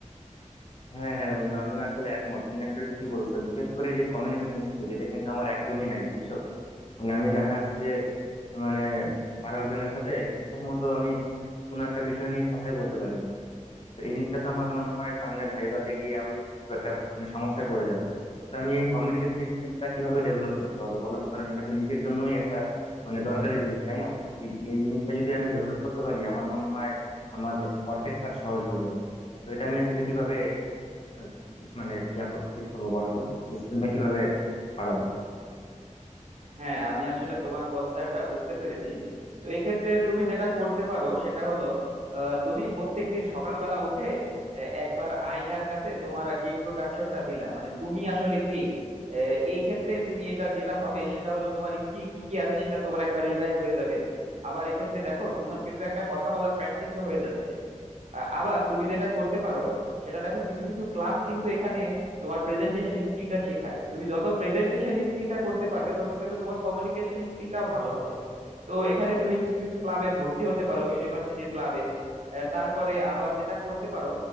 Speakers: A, on the left; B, on the right.
A: হ্যাঁ হ্যাঁ বন্ধু আমিও আসলে একমত তুমি আসলে ঠিকই বলছো বিশেষ করে যে কমিউনিকেশন স্কিল এটা কিন্তু আমার একদমই নাই বুঝছো মানে আমি দেখা যাচ্ছে যে মানে আরো একজনের সাথে ঠিকঠাক মতো আমি কোনো একটা বিষয় নিয়ে কথাই বলতে পারি না তো এই জিনিসটা তো আমার মনে হয় সামনে ভাইভাতে গিয়ে আমি খুব একটা মানে সমস্যায় পড়ে যাব তো আমি এই কমিউনিকেশন স্কিলটা কিভাবে ডেভেলপ করতে পারবো বলো তো কারণ এটা তো নিজের জন্যই একটা মানে দরকারি জিনিস তাই না এই জি- এই জিনিসটা যদি আমি ডেভেলপ করতে পারি আমার মনে হয় আমার অর্ধেক কাজ সহজ হয়ে যাবে তো এটা আমি আসলে কিভাবে আহ, মানে ইয়া করবো ঠিক করবো বলো তো স্কিলটা কিভাবে বাড়াবো
B: হ্যাঁ আমি আসলে তোমার কনসার্নটা বুঝতে পেরেছি তো এক্ষেত্রে তুমি যেটা করতে পারো সেটা হলো আহ, তুমি প্রত্যেকদিন সকালবেলা উঠে আহ, একবার আয়নার কাছে তোমার আর কি ইন্ট্রোডাকশনটা দিলা মানে তুমি আসলে কে আহ, এই ক্ষেত্রে তুমি এটা যেটা হবে সেটা হলো তোমার স্কিল কি কি আছে সেটা তোমার একবার রিভাইজ হয়ে যাবে আবার এক্ষেত্রে দেখো তোমার কিন্তু একটা কথা বলার প্র্যাকটিসও হয়ে যাচ্ছে আ- আবার তুমি যেটা করতে পারো সেটা দেখো কিছু কিছু ক্লাব কিন্তু এখানে তোমার প্রেজেন্টেশন স্কিলটা শেখায় তুমি যত প্রেজেন্টেশন স্কিলটা করতে পারবে তত কিন্তু তোমার কমিউনিকেশন স্কিলটাও ভালো হবে তো এখানে তুমি কিছু কিছু ক্লাবে ভর্তি হতে পারো ইউনিভার্সিটির ক্লাবে তারপরে আবার যেটা করতে পারো